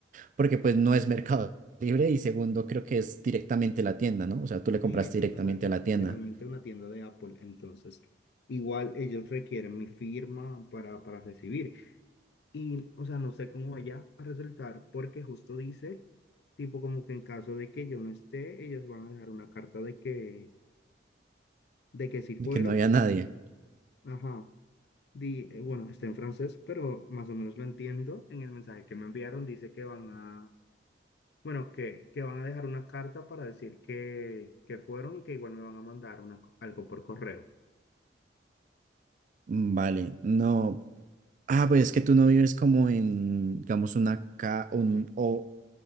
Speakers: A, on the right; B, on the left.
A: porque pues no es Mercado Libre y segundo creo que es directamente la tienda, ¿no? O sea, tú le
B: Sí,
A: compraste
B: eh,
A: directamente
B: o sea, es
A: a la
B: literalmente
A: tienda,
B: una tienda de Apple, entonces igual ellos requieren mi firma para, para recibir. Y, o sea, no sé cómo vaya a resultar porque justo dice, tipo como que en caso de que yo no esté, ellos van a dejar una carta de que, de que si fueron,
A: de que no había nadie.
B: ajá, di, eh, bueno, está en francés, pero más o menos lo entiendo. En el mensaje que me enviaron dice que van a Bueno, que, que van a dejar una carta para decir que, que fueron y que igual me van a mandar una co- algo por correo.
A: Mm, Vale, no, Ah, pues es que tú no vives como en, digamos, una ca un, o